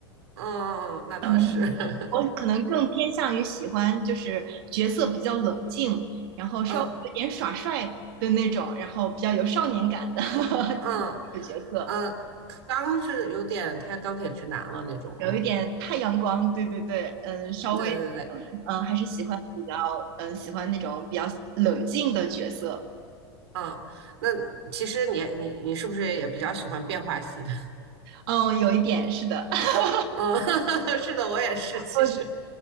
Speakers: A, on the right; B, on the right.
A: 嗯，那倒是。
B: 可能
A: <laughs>
B: 我可能更偏向于喜欢就是角色比较冷静，然后稍微有点耍帅的那种，
A: 嗯，
B: 然后比较有少年感的 <laughs>
A: 嗯，
B: 角色。
A: 嗯，刚是有点太钢铁直男了那种。
B: 有一点太阳光，对对对，嗯，稍微，
A: 对对对，
B: 嗯，还是喜欢比较，嗯，喜欢那种比较冷静的角色。
A: 嗯，那其实你你你是不是也比较喜欢变化系的？
B: 哦，有一点是的，<laughs>
A: 嗯，<laughs> 是的，我也是，其实，
B: 我